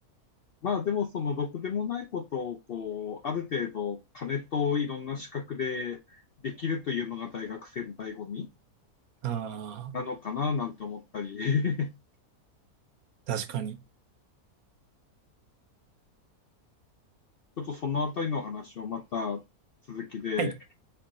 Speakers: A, on the left; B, on the right.
A: まあでもそのろくでもないことをこう、ある程度金といろんな資格でできるというのが大学生の醍醐味
B: ああ、
A: なのかななんて思ったり、<laughs>
B: 確かに。
A: ちょっとそのあたりの話をまた続きで
B: はい。